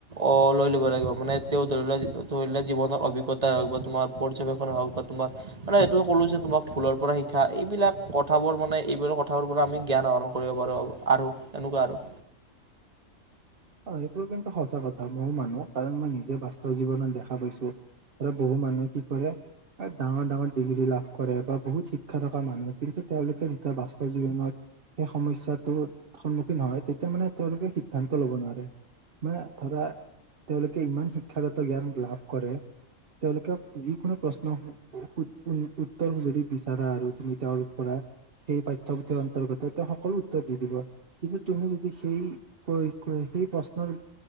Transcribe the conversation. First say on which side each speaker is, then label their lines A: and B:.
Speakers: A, on the right; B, on the right.
A: অ'! লৈ ল'ব লাগিব। মানে, তেওঁ ধৰি লোৱা, ধৰি লোৱা, জীৱনৰ অভিজ্ঞতাই হওঁক বা তোমাৰ পৰ্যবেক্ষণে হওঁক বা তোমাৰ মানে, সেইটো ক'লো যে তোমাক, ফুলৰ পৰা শিকা। এইবিলাক কথাবোৰ মানে, এইবিলাক কথাবোৰ পৰা আমি জ্ঞান আহৰণ কৰিব পাৰোঁ আৰু। আৰু তেনেকুৱা আৰু।
B: অ'! এইটোোৰ কিন্তু, সঁচা কথা! মইও মানুহ। কাৰণ, মই নিজে বাস্তৱ জীৱনত দেখা পাইছোঁ। এ, বহু মানুহে কি কৰে, ডাঙৰ-ডাঙৰ ডিগ্ৰী লাভ কৰে বা বহুত শিক্ষা থকা মানুহ। কিন্তু, তেওঁলোকে যেতিয়া, বাস্তৱ জীৱনত সেই সমস্যাটো সন্মুখীন হয়। তেতিয়া মানে, তেওঁলোকে সিদ্ধান্ত ল'ব নোৱাৰে। মানে, ধৰা, তেওঁলোকে ইমান শিক্ষাগত জ্ঞান লাভ কৰে। তেওঁলোকে, যিকোনো প্ৰশ্ন, উ-উত্তৰ যদি বিচাৰা আৰু তুমি তেওঁৰ পৰা, সেই পাঠ্যপুথিৰ অন্তৰ্গত। তেওঁ, সকলো উত্তৰ দি দিব। কিন্তু, তুমি যদি, সেই কৈ-কৈ সেই, প্ৰশ্নৰ